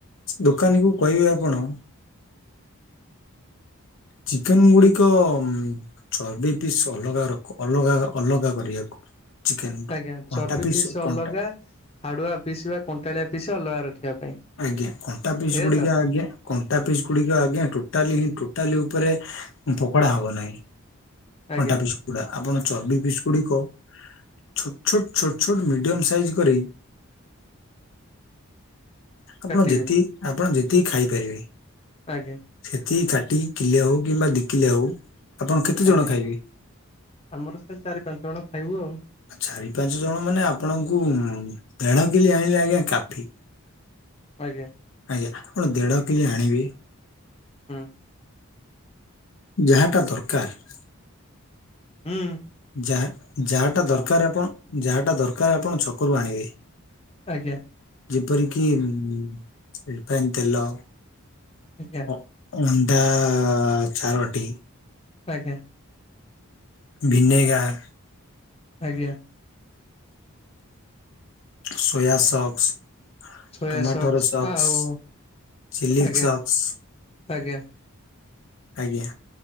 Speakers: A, on the left; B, on the left.
A: ଦୋକାନୀକୁ କହିବେ ଆପଣ
B: <inaudible>
A: ଚିକେନ ଗୁଡିକ ଚର୍ବି ପିସ୍ ଅଲଗା ରଖ ଅଲଗା ଅଲଗା କରିବାକୁ। ଚିକେନରୁ
B: ଆଜ୍ଞା
A: କଣ୍ଟା
B: ଚର୍ବି
A: ପିସ୍
B: ପିସ ଅଲଗା।
A: କଣ୍ଟା
B: ହାଡୁଆ ପିଶ ବା କଣ୍ଟାଳିଆ ପିଶ ଅଲଗା ରଖିବା ପାଇଁ।
A: ଆଜ୍ଞା କଣ୍ଟା ପିସ୍
B: ଏଇଆ
A: ଗୁଡିକ
B: ତ
A: ଆଜ୍ଞା କଣ୍ଟା ପିସ୍ ଗୁଡିକ ଆଜ୍ଞା ଟୋଟାଲି ହିଁ ଟୋଟାଲି ଉପରେ। ପକୋଡା ହବ ନାହିଁ କଣ୍ଟା
B: ଆଜ୍ଞା
A: ପିସ୍ ଗୁଡା। ଆପଣ ଚର୍ବି ପିସ୍ ଗୁଡିକ ଛୋଟ ଛୋଟ ଛୋଟ ଛୋଟ ମିଡିୟମ ସାଇଜ୍ କରି
B: <inaudible>
A: ଆପଣ
B: କାଟିବେ
A: ଯେତିକି ଆପଣ ଯେତିକି ଖାଇପାରିବେ?
B: ଆଜ୍ଞା।
A: ସେଠି କାଟିକି କିଲେ ହଉ କିମ୍ବା ଦିକିଲେ ହଉ। ଆପଣ କେତେ ଜଣ
B: ଆଜ୍ଞା।
A: ଖାଇବେ
B: ଆମର ସେ ଚାରି ପାଞ୍ଚ ଜଣ ଖାଇବୁ ଆଉ।
A: ଚାରି ପାଞ୍ଚ ଜଣ ମାନେ ଆପଣଙ୍କୁ ବେଢକିଲି ଆଣିଲେ ଆଜ୍ଞା କାଫି।
B: ଆଜ୍ଞା।
A: ଆଜ୍ଞା ଆପଣ ଦେଢ କେଜି ଆଣିବେ।
B: ହୁଁ
A: ଯାହାଟା ଦରକାର।
B: ହୁଁ।
A: ଯ ଯାହାଟା
B: ହଁ
A: ଦର ଯାହାଟା ଦରକାର ଆପଣ ଛକରୁ ଆଣିବେ।
B: ଆଜ୍ଞା।
A: ଯେପରିକି ଉ ରଫାଇନ ତେଲ
B: ଆଜ୍ଞା
A: ଅ ଅଣ୍ଡା ଚାରୋଟି।
B: ଆଜ୍ଞା।
A: ଭିିନେଗାର।
B: ଆଜ୍ଞା।
A: ସୋୟା ସକସ।
B: ସୋୟା
A: ଟମାଟୋର ସକ୍ସ,
B: ଆଉ
A: ଚିଲି
B: ଆଜ୍ଞା
A: ସକ୍ସ।
B: ଆଜ୍ଞା।
A: ଆଜ୍ଞା।